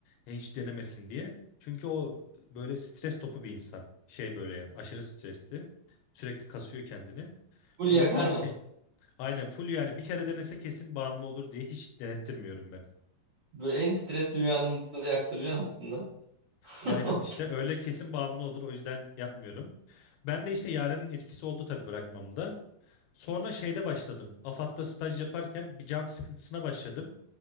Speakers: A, on the left (about 80°); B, on the right (about 80°).
A: E, hiç denemesin diye. Çünkü o böyle stres topu bir insan. Şey böyle yani aşırı stresli. Sürekli kasıyor kendini.
B: Full
A: O
B: yakar
A: yüzden
B: mı?
A: şey Aynen full yani bir kere denese kesin bağımlı olur diye hiç denettirmiyorum ben.
B: Böyle en stresli bir anında yaktıracaksın aslında. <laughs>
A: Aynen işte öyle kesin bağımlı olur o yüzden yapmıyorum. Ben de işte Yaren'in etkisi oldu tabii bırakmamda. Sonra şeyde başladım. AFAD'da staj yaparken bir can sıkıntısına başladım.